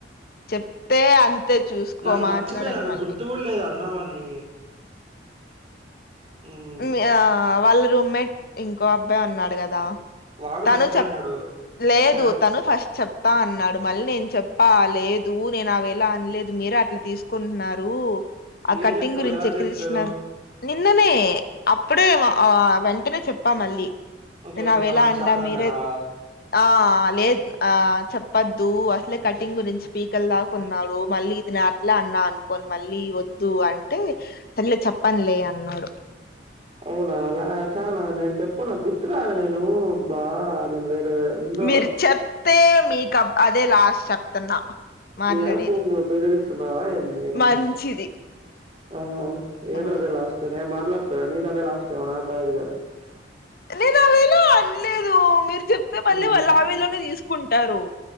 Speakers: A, on the left (about 50°); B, on the right (about 30°).
A: చెప్తే అంతే చూసుకో
B: నేను అసలు
A: మాట్లాడను
B: మర్చిపోయా నాకు
A: మళ్ళీ
B: గుర్తు కూడా లేదు అన్నావ్ అని హ్మ్
A: మ్య ఆ వాళ్ళ రూమ్మేట్ ఇంకో అబ్బాయి ఉన్నాడు కదా
B: వాడు
A: తను
B: మర్చిపోయింటాడు
A: చెప్ లేదు
B: ఛ
A: తను ఫస్ట్ చెప్ తా అన్నాడు మళ్ళీ నేను చెప్పా లేదు నేను ఆవేలో అనలేదు మీరే అట్లా తీసుకుంటున్నారు ఆ
B: ఏం
A: కట్టింగ్
B: చెప్పావు
A: గురించి
B: ఎలా
A: ఎక్కిరించినా
B: చెప్పావు
A: నిన్ననే అప్పుడే ఆ వెంటనే చెప్పా మళ్ళీ
B: ఓకే
A: నేను
B: ఓకే
A: ఆవేలో
B: ఏమన్నాడు
A: అన్లా
B: చెప్పనన్నాడా
A: మీరే ఆ లేద్ ఆ చెప్పద్దు అసలే కటింగ్ గురించి పీకలు దాకున్నాడు మళ్ళీ ఇతను అట్లా అన్నా అను కొన్ మళ్ళీ వద్దు అంటే సర్లే చెప్పనులే అన్నాడు
B: అవునాలా చానా నేను చెప్పనా గుర్తు రాలే నేను బా నేను వేరే ఎందో
A: మీరు చెప్తే మీకుబ్ అదే లాస్ట్ చెప్తున్నా మాట్లాడేది
B: ఏం బొంగు బెదిరిస్తున్నావా ఏంది
A: మంచిది
B: ఆ ఏనదే
A: ఉమ్
B: లాష్ త్ నేను మాట్లాడతా నికు అదే లాస్ట్ ఏమో నా గాద్ ఇగ
A: నేను ఆవేలో అనలేదు మీరు చెప్తే మళ్ళీ
B: హ్మ్.
A: వాళ్ళు ఆవేలోనే తీసుకుంటారు